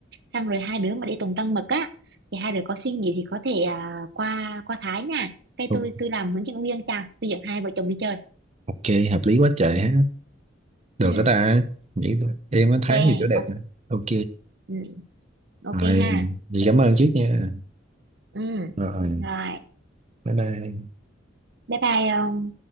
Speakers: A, on the right; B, on the right.
A: xong rồi hai đứa mà đi tùng trăng mật á thì hai đứa có suy nghĩ thì có thể à, qua qua Thái nha cái
B: Ok,
A: tôi tôi làm hướng dẫn viên cha tôi dẫn hai vợ chồng đi chơi
B: ok, hợp lý quá trời ha được
A: ừ
B: cái ta nghĩ thôi. em mới
A: ok
B: thấy nhiều kiểu đẹp
A: ok,
B: nè ok
A: ừ, ok
B: rồi
A: ha
B: vậy cảm ơn trước nha
A: ừ
B: rồi
A: rồi
B: bye bye
A: bye bye